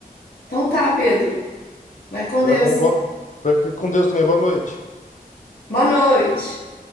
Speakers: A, on the left (about 85°); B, on the left (about 50°).
A: Então tá, Pedro. Vai com
B: Tá
A: Deus.
B: bom, boa, fique com Deus também, boa noite.
A: Boa noite.